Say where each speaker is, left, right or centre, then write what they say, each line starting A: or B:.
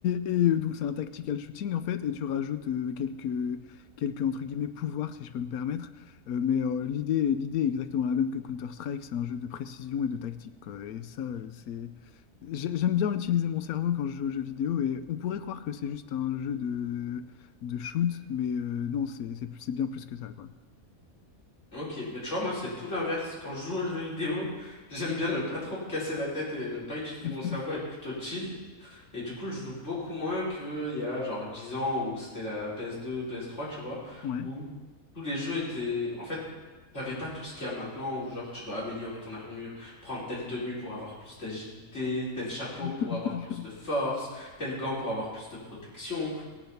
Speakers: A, on the left (about 85°); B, on the left (about 55°).
A: et, euh, donc c'est un tactical shooting en fait, et tu rajoutes euh, quelques, quelques entre guillemets pouvoirs si je peux me permettre. Euh, mais euh, l'idée, l'idée est exactement la même que Counter-Strike, c'est un jeu de précision et de tactique, quoi. Et ça, euh, c'est... j'ai- J'aime bien utiliser mon cerveau quand je joue aux jeux vidéo, et on pourrait croire que c'est juste un jeu de, de shoot, mais euh, non, c'est c'est plus- c'est bien plus que ça, quoi.
B: Ok, bah tu vois, moi c'est tout l'inverse. Quand je joue aux jeux vidéo, <laughs> j'aime bien ne pas trop me casser la tête et ne pas utiliser
A: <laughs>
B: mon cerveau, être plutôt chill Et du coup, je joue beaucoup moins qu'il y a genre 10 ans où c'était la PS2, PS3, tu vois,
A: Ouais.
B: où tous les jeux étaient... En fait, t'avais pas tout ce qu'il y a maintenant, où genre tu dois améliorer ton armure, prendre telle tenue pour avoir plus d'agilité, tel chapeau
A: <laughs>
B: pour avoir plus de force, tel gant pour avoir plus de protection.